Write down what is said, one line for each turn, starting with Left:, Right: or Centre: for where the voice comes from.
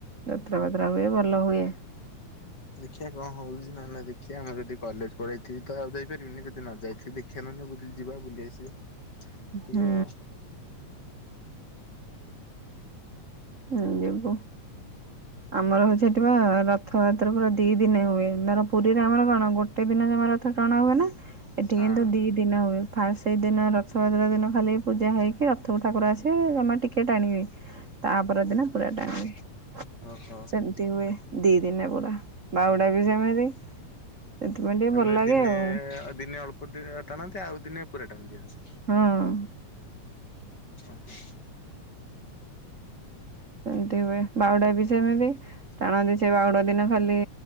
Right: ଯାତ୍ରା ଫାତ୍ରା ହୁଏ ଭଲ ହୁଏ।
Left: ଦେଖିିବା କଣ ହଉଛି ନାଁ ନାଁ ଦେଖିବା ଆମେ ଯଦି କଲେଜ ପଳେଇଥିବି ତ ଆଉ ଯାଇପାରିବିନି ଯଦି ନ ଯାଇଥିବି ଦେଖି ଖେନନେ ବୁଲି ଯିବା ବୁଲି ଆସିବା। ଟିକେ
Right: ହୁଁ।
Left: ଆଉ
Right: ହୁଁ ଯିବୁ। ଆମର ହଉଛି ସେଠିଁ ବା ରଥଯାତ୍ରା ପୁରା ଦି ଦିନେ ହୁଏ ଧର ପୁରୀରେ ଆମର କଣ ଗୋଟେ ଗୋଟେ ଦିନ ଜମା ରଥ ଟଣା ହୁଏ ନାଁ ଏଠି
Left: ହଁ
Right: କିନ୍ତୁ ଦି ଦିନ ହୁଏ ଫାଷ୍ଟ ସେଇଦିନ ରଥଯାତ୍ରା ଦିନ ଖାଲି ପୂଜା ହେଇକି ରଥ ଠାକୁର ଆସିବେ ଜମା ଟିକେ ଟାଣିବେ। ତାପର ଦିନ ପୁରା ଟାଣିବେ।
Left: ଓ ହୋ।
Right: ସେମିତି ହୁଏ ଦି ଦିନେ ପୁରା ବାହୁଡା ବି ସେମିତି। ସେଥିପାଇଁ ଟିକେ
Left: ମାନେ
Right: ଭଲ ଲାଗେ
Left: ଦିନେ
Right: ଆଉ
Left: ଦିନେ ଅଳ୍ପ ଟିକେ ଟାଣନ୍ତି ଆଉ ଦିନେ ପୁରା ଟାଣି ଦିଅନ୍ତି।
Right: ହଁ।
Left: ଓ ହୋ।
Right: ସେମିତି ହୁଏ ବାହୁଡା ବି ସେମିତି। ଟାଣନ୍ତି ସେ ବାହୁଡ଼ା ଦିନ ଖାଲି